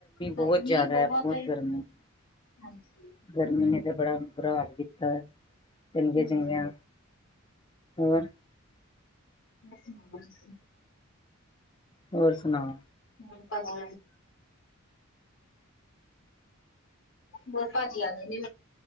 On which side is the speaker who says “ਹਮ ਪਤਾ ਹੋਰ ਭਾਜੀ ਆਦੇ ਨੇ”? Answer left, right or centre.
Left